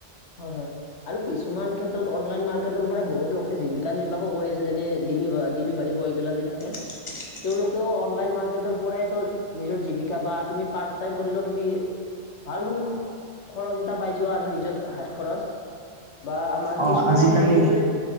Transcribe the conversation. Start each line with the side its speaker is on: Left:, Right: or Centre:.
Left: হয় হয় আৰু কিছুমান ক্ষেত্ৰত অনলাইন মাৰ্কেটৰ পৰাই বহুত লোকে জীৱিকা নিৰ্বাহো কৰি আছে যেনে দিলিভাৰ ডেলিভাৰী বয় গিলাজি থাকে
Right: উ <inaudible>
Left: তেওঁলোকেও অনলাইন মাৰ্কেটৰ পৰাই নিজৰ জীৱিকা বা তুমি পাৰ্ট টাইম কৰিলেও তুমি ভাল তুমি খৰচ এটা পাই যোৱা আৰু নিজৰ হাত খৰচ বা আমাৰ
Right: অ'
Left: কিছুমানে
Right: আজিকালি
Left: সেইদৰে